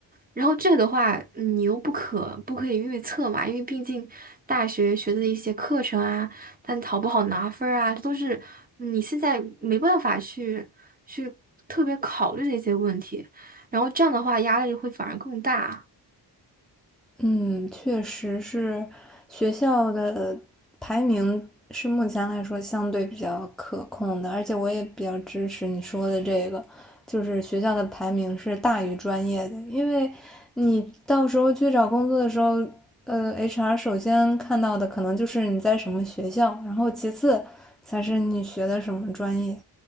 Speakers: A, on the right; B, in the centre.
A: 然后这个的话，嗯你又不可不可以预测嘛，因为毕竟大学学的一些课程啊，但好不好拿分儿啊，这都是你现在没办法去去特别考虑的一些问题。然后这样的话，压力会反而更大。
B: 嗯，确实是学校的排名是目前来说相对比较可控的，而且我也比较支持你说的这个，就是学校的排名是大于专业的，因为你到时候去找工作的时候，呃，HR 首先看到的可能就是你在什么学校，然后其次才是你学的什么专业。